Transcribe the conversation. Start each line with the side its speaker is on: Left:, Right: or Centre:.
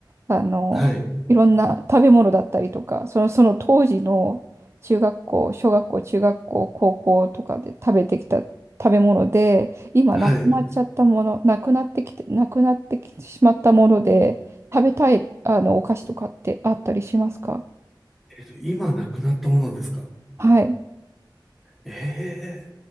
Right: あの、
Centre: はい、
Right: いろんな食べ物だったりとか、その、その当時の中学校、小学校、中学校、高校とかで食べてきた食べ物で、今なくなっちゃったもの、
Centre: はい。
Right: なくなってきて、なくなってきてしまったもので、食べたい、あの、お菓子とかってあったりしますか
Centre: えっと、今なくなったものですか
Right: はい。
Centre: ええ